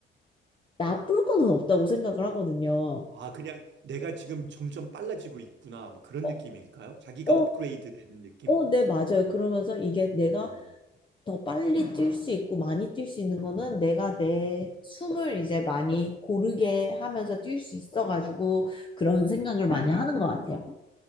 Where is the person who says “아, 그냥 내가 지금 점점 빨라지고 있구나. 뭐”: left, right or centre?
Right